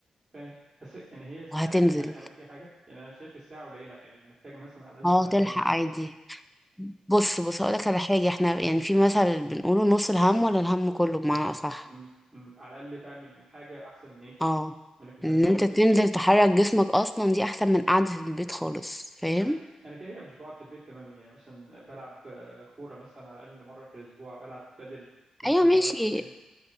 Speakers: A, on the right (about 20°); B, in the centre.
A: فاهم بس يعني هي الساعه
B: وهتنزل
A: دي بتلحقي تعملي فيها حاجه يعني انا شايف الساعه قليله يعني محتاجه مثلا على الاقل
B: اه
A: ساعتين
B: تلحق عادي بص بص هقولك على حاجة احنا يعني في مثل بنقوله نص الهم ولا الهم كله بمعنى أصح
A: امم امم على الاقل تعمل حاجه احسن من ايه
B: اه
A: من انك ما تعملش
B: ان انت
A: طب انت
B: تنزل تحرك جسمك اصلا دي احسن من قعدة البيت خالص فاهم
A: انا انا كده كده مش بقعد في البيت تماما يعني مثلا بلعب آه، كوره مثلا على الاقل مره في الاسبوع بلعب بدل مثلا
B: ايوه ماشي
A: مره مرتين